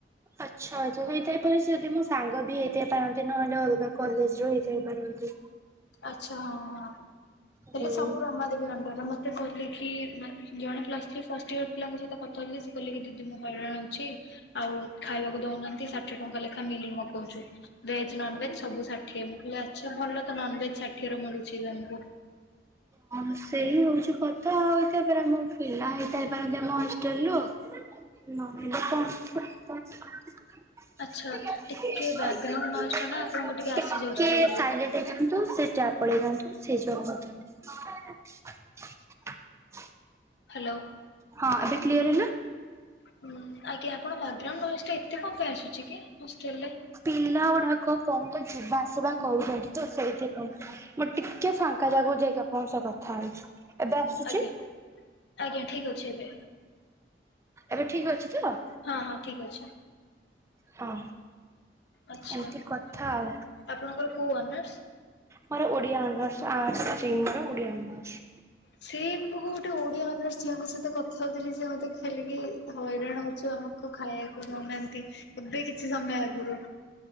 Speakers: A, on the right (about 15°); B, on the left (about 75°).
A: ଆଚ୍ଛା ହେଇଥାଇପାରେ ଯଦି ମୋ ସାଙ୍ଗ ବି ହେଇଥାଇ ପାରନ୍ତି ନହେଲେ ଅଲଗା କଲେଜ ରୁ ହେଇଥାଇ ପାରନ୍ତି।
B: ଆଚ୍ଛା ହଁ ହଁ।
A: ହୁଁ।
B: ହେଲେ ସବୁ ରମା ଦେଵୀ ଅଣ୍ଡର ମତେ କହିଲେ କି ମାନେ ଜଣେ ପ୍ଲସ ଥ୍ରୀ ଫାଷ୍ଟ ଇୟର ପିଲାଙ୍କ ସହିତ କଥା ହେଉଥିଲି, ସେ କହିଲେ କି ଦିଦି ମୁଁ ହଇରାଣ ହୋଉଛି, ଆଉ ଖାଇବାକୁ ଦଉନାହାନ୍ତି, ଆଉ ଷାଠିଏ ଟଙ୍କା ଲେଖା ମିଲ୍ ମଗଉଛୁ। ଭେଜ୍ ନନଭେଜ୍ ସବୁ ଷାଠିଏ। ମୁଁ କିହିଲି ଆଛା ଭଲ ତ ନନଭେଜ୍ ଷାଠିଏରେ ମିଳୁଛି ତମକୁ।
A: ହଁ ସେଇ ହଉଛି କଥା। ଆଉ ଏଇଥ ପରା ଆମ ପିଲା ହେଇଥାଇ ପାରନ୍ତି ଆମ ହଷ୍ଟେଲରୁୁ। ନହେଲେ ଟିକେ
B: ଆଚ୍ଛା ବ୍ୟାକଗ୍ରାଉଣ୍ଡ ନଏଜ ଟା ନା ଆପଣଙ୍କୁ ଟିକେ ଆସିଯାଉଛି ଜୋରରେ
A: ସାଇ ଯାନ୍ତୁ <unintelligible>
B: ହାଲୋ।
A: ହଁ ଏବେ କ୍ଲିୟର ହେଲା?
B: ହୁଁ ଆଜ୍ଞା ଆପଣ ବ୍ୟାଗ୍ ଗ୍ରାଉଣ୍ଡ ଭଏସ୍ ଟା ଏତେ କଣ ପାଇଁ ଆସୁଛି କି ହୋଷ୍ଟେଲ ରେ?
A: ପିଲା ଗୁଡାକ କଣ ତ ଯିବା ଆସିବା କରୁଛନ୍ତି ତ ସେଇଥିପାଇଁ। ମୁଁ ଟିକେ ଫାଙ୍କା ଜାଗାକୁ ଯାଇକି ଆପଣଙ୍କ ସହ କଥା ହଉଛି। ଏବେ ଆସୁଛି?
B: ଆଜ୍ଞା ଆଜ୍ଞା ଠିକ୍ ଅଛି ଏବେ
A: ଏବେ ଠିକ୍ ଅଛି ତ?
B: ହଁ, ହଁ ଠିକ୍ ଅଛି।
A: ହଁ।
B: ଆଛା।
A: ଏମିତି କଥା ଆଉ।
B: ଆପଣଙ୍କର କୋଉ ଅନର୍ସ?
A: ମୋର ଓଡିଆ ଅନର୍ସ ଆଟ୍ସ ଷ୍ଟ୍ରିମ ମୋର ଓଡିଆ ଅନର୍ସ।
B: ସେ ମୁଁ ଗୋଟେ ଓଡିଆ ଅନରସ ଝିଅଙ୍କ ସହିତ କଥା ହଉଥିଲି ସିଏ ମୋତେ ହେଲେକି ହଇରାଣ ହଉଛୁ ଆମକୁ ଖାଇବାକୁ ଦଉନାହାନ୍ତି। ଏବେ କିଛି ସମୟ ଆଗରୁ।